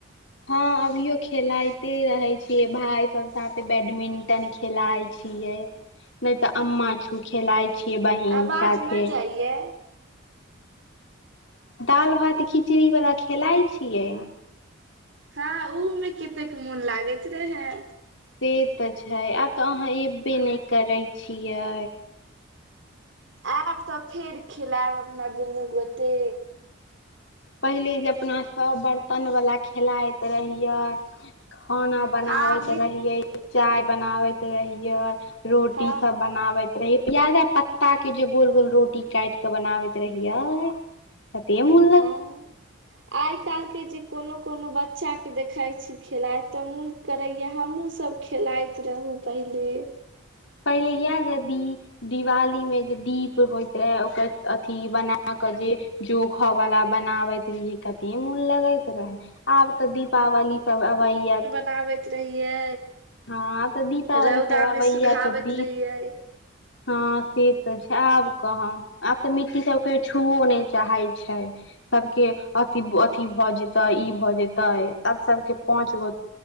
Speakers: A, on the left (about 65°); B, on the right (about 65°).
A: हँ अभियो खेलायते रहे छीयै, भाय सब साथे बैडमिंटन खेलाइत छी। छियै नई तऽ अम्मा छू खेलाइ छियै, बहिन
B: आवाज
A: साथे।
B: नहि जाइये
A: दाल भात खिचड़ी बला खेलाइ छियै।
B: हँ उऽमे कतेक मोन लागैत रहै।
A: से तऽ छै आब तऽ अहाँ एबे नहि करै छियै।
B: आयब तऽ फेर खेलैब अपना दुनू गोटे।
A: पहिले जे अपना सभ बर्तन वाला खेलाइत रहियै। खाना बनाबैत
B: हँ मि
A: रहियै, चाय बनाबैत रहियै। रोटी
B: हँ
A: सब बनाबैत। रहि प्याजा पत्ता के जे गोल गोल रोटी काइट क बनाबैत रहियै। कतेंमुन
B: हँ- आइ काईल्ह के जे कोनो - कोनो बच्चा के देखइत छी, खेलाइत तऽ मुन। करैया हमहुँ सब खेलाइत रहुॅ पहिले।
A: पहिले इएह जे दीप दिवाली में जे दीप होय। वैह ओकर अथी बना कऽ जे। जोखह वला बनावैत रियै कतै मुन लगैत। रहै आब तऽ दीपावली सब अबैया।
B: ताबैत रहियै।
A: हँ तऽ दीपावली
B: रौदा
A: त आबयै
B: मे सुखाबैत
A: तऽ दीप।
B: रहियै
A: हँ से तऽ छै, आब कहाँ। आब तऽ मिट्टी सब के छुओ नइ चाहै छै। सबके अथी - अथि भऽ जेतैय ई भऽ जेतैय तब सबके पाच गो।